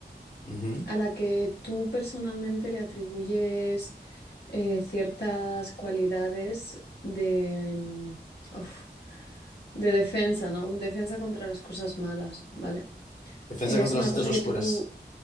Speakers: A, on the left; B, on the left.
A: Ujú.
B: a la que tú personalmente le atribuyes eh, ciertas cualidades de, mm, uf, de defensa, ¿no? Defensa contra las cosas malas, ¿vale?
A: Defensa
B: Eh,
A: contra
B: es una
A: las artes
B: cosa
A: oscuras.
B: que tú...